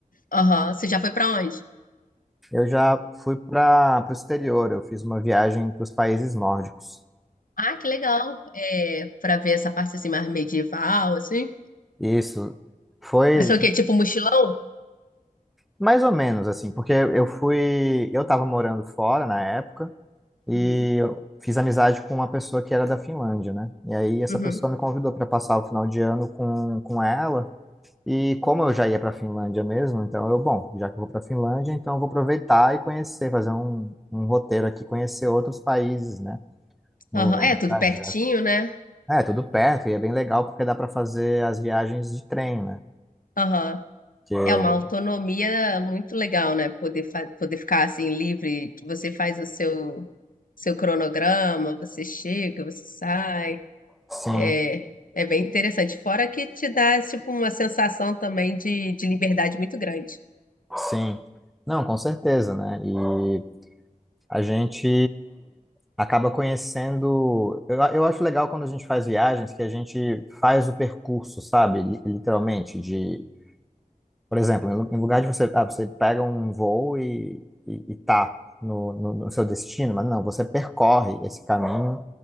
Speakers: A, on the left (about 70°); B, in the centre.
A: Aham. Você já foi para onde?
B: Eu já fui para o exterior, eu fiz uma viagem para os países nórdicos.
A: Ah, que legal. É, para ver essa parte assim mais medieval, assim.
B: Isso. Foi,
A: Mas foi o quê? Tipo mochilão?
B: Mais ou menos, assim, porque eu fui. Eu tava morando fora na época e
A: Uhum.
B: eu fiz amizade com uma pessoa que era da Finlândia, né? E aí essa
A: Uhum.
B: pessoa me convidou para passar o final de ano com, com ela. E como eu já ia para Finlândia mesmo, então eu, bom, já que eu vou para Finlândia, então eu vou aproveitar e conhecer, fazer um, um roteiro aqui, conhecer outros países, né? No,
A: Aham. É,
B: no
A: tudo
B: trajeto.
A: pertinho, né?
B: É, tudo perto e é bem legal porque dá para fazer as viagens de trem, né?
A: Aham.
B: Porque,
A: É uma autonomia muito legal, né? Poder, fa- poder ficar assim livre, que você faz o seu, seu cronograma, você chega, você sai.
B: sim,
A: É, é bem interessante. Fora que te dá tipo uma sensação também de, de liberdade muito grande.
B: sim. Não, com certeza, né? E A gente acaba conhecendo. Eu, eu acho legal quando a gente faz viagens que a gente faz o percurso, sabe? Li- Literalmente, de, por exemplo, em lu- em lugar de você, ah, você pega um voo e, e, e tá no, no, no seu destino, mas não, você percorre esse caminho,